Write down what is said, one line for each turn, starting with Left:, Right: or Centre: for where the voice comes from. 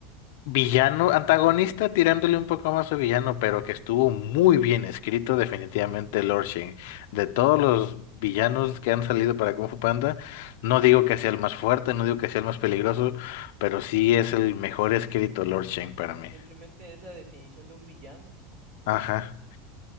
Left: Villano, antagonista tirándole un poco más a villano, pero que estuvo muy bien escrito definitivamente Lord Shen. De todos los villanos que han salido para Kung Fu Panda, no digo que sea el más fuerte, no digo que sea el más peligroso, pero sí es el mejor escrito Lord Shen para mí.
Right: Simplemente es la definición de un villano.
Left: Ajá.